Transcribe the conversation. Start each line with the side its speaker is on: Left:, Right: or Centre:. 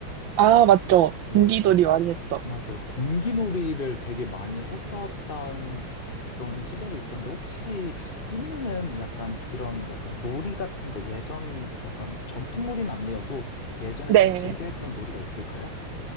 Right: 아, 맞죠.
Left: 네,
Right: 공기놀이 많이 했죠.
Left: 맞아요. 공기놀이를 되게 많이 했었던 그런 시절이 있었는데 혹시 삐님은 약간 그런 약간 놀이 같은 거 예전 약간 전통 놀이는 아니어도 예전에
Right: 네.
Left: 좀 즐겨 했던 놀이가 있을까요?